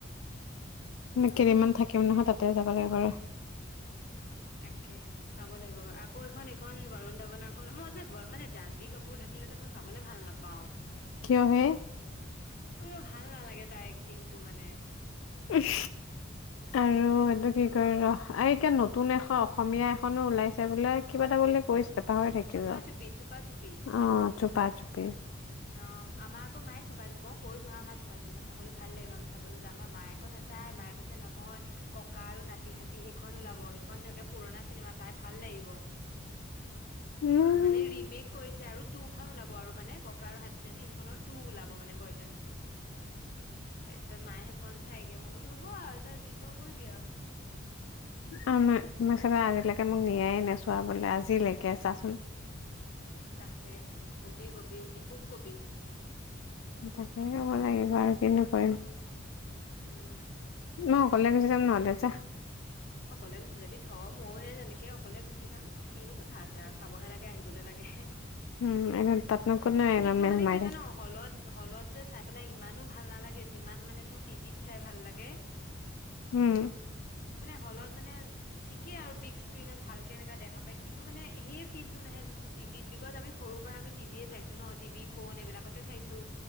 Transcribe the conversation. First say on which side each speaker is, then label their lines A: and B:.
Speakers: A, on the left; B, on the left.
A: মানে কেইদিমান
B: অ
A: থাকিম নহয় তাতে যাবা লাগিব ৰ।
B: তাকেহে চাব লাগিব বাৰু আকৌ এখন এইখন বৰুণ ধাৱনাৰখন মই যে মানে জান্ভী কাপোৰ থাকিলে যে মই চাবলৈ ভাল নাপাওঁ।
A: কিয় হে?
B: মোৰ ভাল নালাগে তাই এক্টিংটো মানে।
A: উফ আৰু এইটো কি কয় ৰ আৰু এতিয়া নতুন এখন অসমীয়া এখনো ওলাইছে বোলে কিবা এটা বুলি কৈছে। টা হৈ ঢেকিব
B: চুপা
A: অ।
B: চুপি চুপা চুপি
A: চুপা চুপি।
B: অ আমাৰ আক মায়ে চা মই কৈছো হা আমাৰ চোপা চবিখন চাবলৈ ভাল লাগিব। আমি চাবলৈ যাম হা মায়েক নাচায় মায়ে কৈছে নহয় ককা আৰু নাতিহতি সেইখন ওলাব সেইখনে পুৰণা চিনেমা চাই ভাল লাগিব।
A: উম
B: মানে ৰিমেক কৰিছে আৰু। টু খন ওলাব আৰু মানে। ককা আৰু হাতী নাতি। খনৰ টু ওলাব মানে ভাৰ্জন। তাৰপিছত মাহে সেইখন চাইগে মই বোলো হ'ব আৰু যা যি কৰ কৰিবি আৰু।
A: আমাৰ মমাৰ আজিলৈকে মোক নিয়াইে নেচোৱা বোলে আজিলৈকে চাচোন।
B: তাকেহে কবি কবি দীপুক কবি।
A: তাকেই ক'ব লাগিব আৰু কিনো কৰিম।
B: উম।
A: মই অকলে গুচি যাম নহ'লে। যাহ।
B: অকলে গুচি যাবি থ মও যেনেকে অকলে গুচি যাম কিনো কথা আছে আৰু চাবহে লাগে আহিবলৈ লাগে।
A: উম একদম তাতনো কোনে
B: এ
A: একদম
B: কিন্তু
A: মেল
B: মানে
A: মাৰে
B: কি জান হলত হলত যে চাই পেলাক ইমানো ভাল নালাগে যিমান মানে তোৰ টিভিত চাই ভাল লাগে।
A: উম
B: মানে হলত। মানে ঠিকে আৰু বি স্ক্ৰীণত ভালকে এনেকা দেখা পায় কিন্তু মানে সেই ফিল্ডটো নাহে যোনটো টিভিত বিকজ আমি সৰুৰ পৰা আমি টিভিয়ে চাইছো ন টিভি ফোন এইবিলাকতে চাইছো।